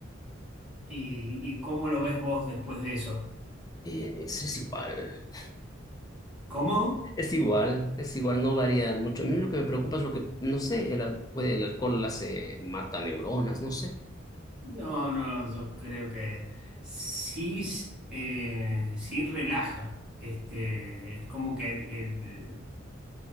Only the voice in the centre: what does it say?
¿y, y cómo lo ves vos después de eso?
¿Cómo?
No, no, yo creo que sí, s- eh, sí relaja. Este, es como que el, el-